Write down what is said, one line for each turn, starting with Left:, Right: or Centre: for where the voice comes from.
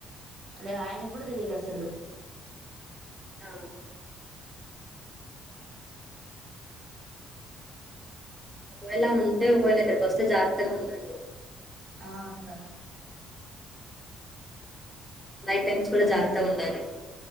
Right: అదే ఆయనకు కూడా తెలియదు అసలు
Centre: ఆ ఒకవేళ ఉంటే ఒకవేళ ఇక్కడికి వస్తే జాగ్రత్తగా ఉండండి
Right: ఆ అక్క
Centre: నైట్ టైమ్స్ కూడా జాగ్రత్తా ఉండాలి